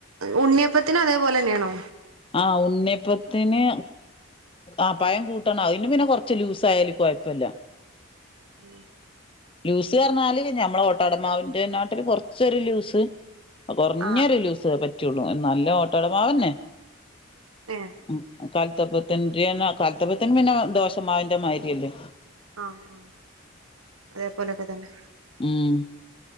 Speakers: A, on the right; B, on the left.
A: ഉണ്ണിയപ്പത്തിനും അതേപോലെന്നെണോ?
B: ആ ഉണ്ണിയപ്പത്തിന്. ആ പയം കൂട്ടണം അയിന് പിന്നെ കുറച്ച് ലൂസായാലും കോയപ്പല്ല.
A: ഉം. <unintelligible>
B: ലൂസ് പറഞ്ഞാല് നമ്മളെ ഓട്ടടമാവിന്റെ നാട്ടിലും കൊറച്ചൊരു ലൂസ്. കോർഞ്ഞരു
A: ആഹ്
B: ലൂസ് പറ്റുള്ളൂ. നല്ല ഓട്ടടമാവന്നെ.
A: ഏഹ്
B: മം കൽത്തപ്പത്തിന്റെ കൽത്തപ്പത്തിന് പിന്നെ ദോഷമാവിന്റെ മായിരിയല്ലേ.
A: ആഹ് ആഹ് അതേപോലൊക്കെ തന്നെ.
B: മം